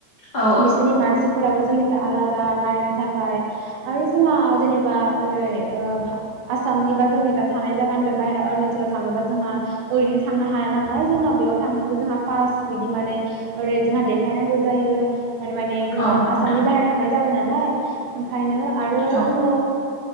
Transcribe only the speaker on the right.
बिसिनि मान जोंनिफ्राय आलादा नायनो थाखाय आरो जोंहा जेनेबा ओरै ओ आसामनि बा जोंनि दा थानाय जायगानिफ्राय बाहेरायाव अरुणाचलाव थांनोबा जोंहा ओरैनो थांनो हाया नालाय जोंहा बेयाव थांनोबो जोंहा पास बिदि माने ओरै जोंहा देखायनांगौ जायो माने जोंहा
आसामनि
बाहेरायाव थांनाय जाबाय नाल नालाय ओंखायनो आरो
आङो